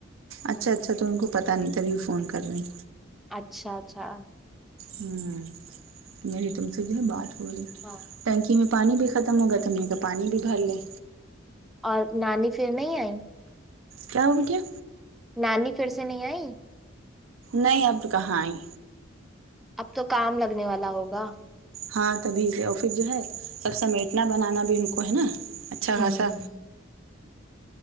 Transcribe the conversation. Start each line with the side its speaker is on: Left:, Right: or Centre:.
Right: اچھا اچھا تو ان کو پتا نہیں تبھی فون کر رہے ہیں
Centre: اچھا اچھا
Right: ہمم میری تم سے جو ہے بات ہو رہی
Centre: ہاں
Right: ٹینکی میں پانی بھی ختم ہوگا تو ہم نے تو پانی بھی بھر لیں
Centre: اور نانی پھر نہیں آئی
Right: کیا ہوگیا
Centre: نانی پھر سے نہیں آئی
Right: نہیں اب کہاں ہیں
Centre: اب تو کام لگنے والا ہوگا
Right: ہاں تبھی سے اور پھر جو ہے سب سمیٹنا بنانا بھی ان کو ہے نا اچھا
Centre: ہوں
Right: خاصا